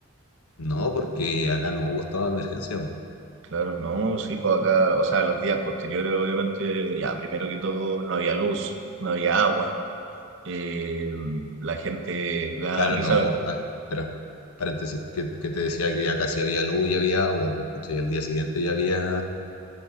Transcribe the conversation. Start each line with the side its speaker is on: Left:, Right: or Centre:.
Left: No, porque acá no hubo estado de emergencia.
Right: Claro, no, sí, pues acá, o sea, los días posteriores, obviamente, ya, primero que todo, no había luz, no había agua. eh, la gente le da
Left: Claro,
Right: risa,
Left: no. ah, espera, paréntesis, que, que te decía que acá sí había luz y había agua, pues, ¿cachai? Al día siguiente ya había,